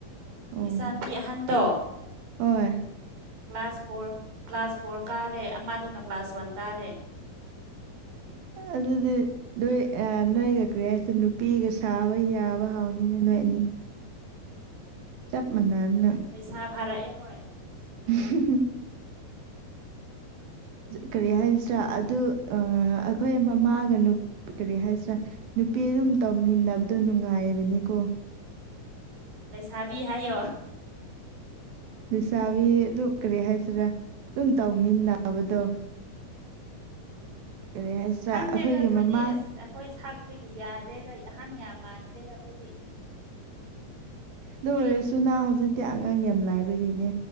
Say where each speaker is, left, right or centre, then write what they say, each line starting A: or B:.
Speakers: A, on the right; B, on the right.
A: ꯑꯣ
B: ꯏꯆꯥꯅꯨꯄꯤ ꯑꯍꯟꯗꯣ
A: ꯍꯣꯏ
B: ꯀ꯭ꯂꯥꯁ ꯐꯣꯔ ꯀ꯭ꯂꯥꯁ ꯐꯣꯔ ꯀꯥꯔꯦ ꯑꯃꯗꯨꯅ ꯀ꯭ꯂꯥꯁ ꯋꯥꯟ ꯀꯥꯔꯦ
A: ꯑꯗꯨ ꯑꯗꯨ ꯅꯣꯏ ꯅꯣꯏꯒ ꯀ꯭ꯔꯤ ꯍꯥꯏꯁꯦ ꯅꯨꯄꯤꯒ ꯁꯥꯕ ꯌꯥꯕ ꯍꯥꯎꯅꯤꯅꯦ ꯅꯣꯏ ꯑꯅꯤ ꯆꯞ ꯃꯥꯟꯅꯅ
B: ꯄꯩꯁꯥ ꯐꯥꯔꯛꯑꯦ ꯍꯣꯏ
A: <inaudible> ꯀꯔꯤ ꯍꯥꯏꯁꯤꯔꯥ ꯑꯗꯨ ꯑꯩꯈꯣꯏ ꯃꯃꯥꯒꯅ ꯀꯔꯤ ꯍꯥꯏꯁꯤꯔꯥ ꯅꯨꯄꯤ ꯑꯗꯨꯝ ꯇꯧꯃꯤꯟꯅꯕꯗꯣ ꯅꯨꯡꯉꯥꯏꯕꯅꯤꯀꯣ
B: ꯂꯩꯁꯥꯕꯤ ꯍꯥꯏꯌꯣ
A: ꯂꯩꯁꯥꯕꯤ ꯑꯗꯨꯝ ꯀꯔꯤ ꯍꯥꯏꯁꯤꯔꯥ ꯑꯗꯨꯝ ꯇꯧꯃꯤꯟꯅꯕꯗꯣ ꯀꯔꯤ ꯍꯥꯏꯁꯤꯔꯥ
B: ꯈꯪꯗꯦꯗ
A: ꯑꯩꯈꯣꯏꯒꯤ
B: ꯑꯩꯈꯣꯏꯗꯤ
A: ꯃꯃꯥ
B: ꯑꯁ ꯑꯩꯈꯣꯏ ꯁꯥꯛꯇꯒꯤ ꯌꯥꯗ꯭ꯔꯦꯗ ꯑꯍꯟ ꯌꯥꯝ ꯃꯥꯟꯈ꯭ꯔꯦꯗ ꯑꯩꯈꯣꯏꯗꯤ
A: ꯑꯗꯨ ꯑꯣꯏꯔꯁꯨ ꯅ ꯍꯧꯖꯤꯛꯇꯤ ꯑꯉꯥꯡ ꯌꯥꯝ ꯂꯥꯏꯕꯒꯤꯅꯦ